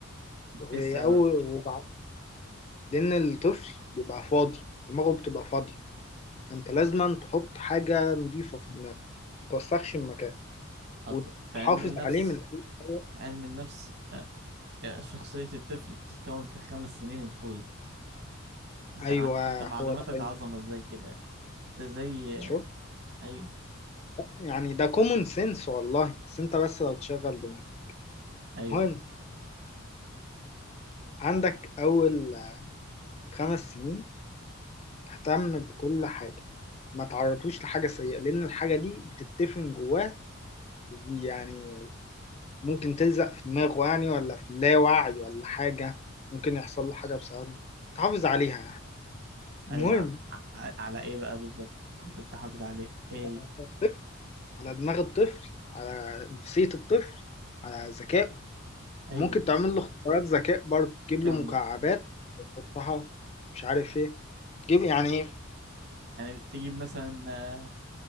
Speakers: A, on the right; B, on the left.
A: ايه
B: واول
A: السبب
B: وبع- لان الطفل بيبقى فاضي دماغه بتبقى فاضيه فانت لازم تحط حاجه نظيفه في دماغه ما توسخش المكان
A: حصل
B: وتحافظ
A: في علم النفس
B: عليه من أول-
A: علم النفس آه، آه، شخصية الطفل بتتكون في الخمس سنين الأولى انت
B: ايوه
A: ع... انت معلوماتك
B: هو ده علمي
A: عظمة ازاي كده انت زي
B: شوف
A: ايوه
B: يعني ده كومون سنس والله بس انت بس لو تشغل دماغك
A: ايوه
B: المهم عندك اول خمس سنين تهتم بكل حاجة ما تعرضوش لحاجة سيئة لأن الحاجة دي بتتفن جواه يعني ممكن تلزق في دماغه يعني ولا في اللاوعي ولا حاجة ممكن يحصل له حاجة بسببها تحافظ عليها يعني المهم
A: ايوه ع... ع- على ايه بقى بالظبط انت بتقول تحافظ عليها ايه
B: على
A: هي
B: الطفل- على دماغ الطفل على نفسية الطفل على ذكائه ممكن
A: ايوه
B: تعمل له اختبارات ذكاء برضه تجيب
A: كمل
B: له مكعبات
A: كمل
B: تحطها مش عارف ايه تجيب يعني
A: يعني تجيب مثلا آه،